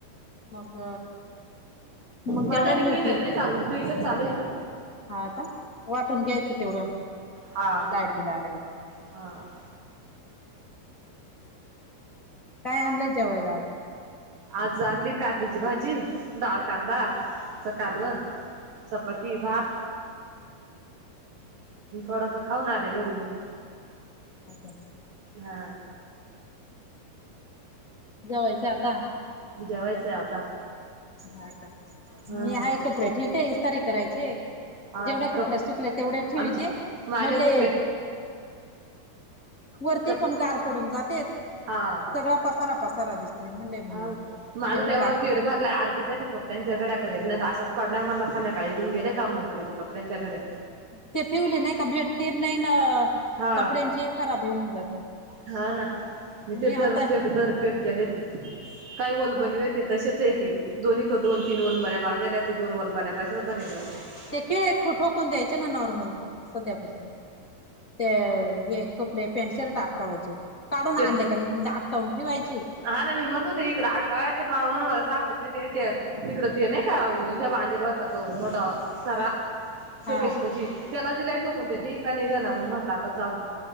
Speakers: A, on the left (about 25°); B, on the right (about 60°).
A: मग मग
B: माझ्या
A: तेवढ्यान
B: <unintelligible>
A: मिळती
B: चालू, फ्रीजच चालू आहे ना?
A: हा का वाटून घ्यायचं तेवढं
B: हा हा
A: लाईट बिल आलय
B: हा..
A: काय आणलंय जेवायला आज?
B: आज आणली कारलीची भाजी, डाळ, कांदा कालवण,
A: हा
B: चपाती, भात
A: हम्
B: थोडासा खाऊन <unintelligible> घरी येऊन
A: हा स
B: हा
A: जेवायचं आता.
B: जेवायचंय आता.
A: हा का
B: हा
A: मी हाय कपडे ठिक्ये ईस तारीख धरायची.
B: हा
A: जेवढे
B: आता
A: कपडे
B: कप
A: सुकलेत तेवढे ठेवीते
B: आमचे माझे
A: म्हणले.
B: कपडे
A: वरती
B: कप
A: पण गार पडून जातेत.
B: हा
A: सगळा पसारा पसारा दिसतोय म्हणले मग
B: हा
A: जेवढ ला
B: <unintelligible> भरलाय आठ दिसा <unintelligible> ड्यांच्या घड्या करीत <unintelligible> मला संध्याकाळी इथून गेले का मग करील कपड्यांच्या घड्या
A: ते ठिवले नाई का भेटते नाही ना
B: हा
A: कपड्यांची खराबी होऊन जाते
B: हा ना
A: मी
B: तेे
A: आता
B: <unintelligible> केले. काय
A: हा
B: <unintelligible> ते तसेच आहे की दोन्ही कड दोन तीन <unintelligible>
A: ते खिळ्यात खो ठोकून द्यायचे ना नॉर्मल पुरतं, सध्या पुरतं. ते हे कपडे पॅन्ट शर्ट अटकावायचे, काढून
B: ते
A: आणले का आटकवून ठेवायचे
B: हा ना मी म्हणत होते इकडे आटकाव ते म्ह म्हणे मला सापडत नाहीते ते हीथे. तिकड ते नाही का ओ हे बांधेल होता तो मोठा सरा. शोकेस
A: हा
B: पशी, त्याला दिलय ठोकून त्यानी का नाही जाना मग म्हटलं आता जाऊ दे.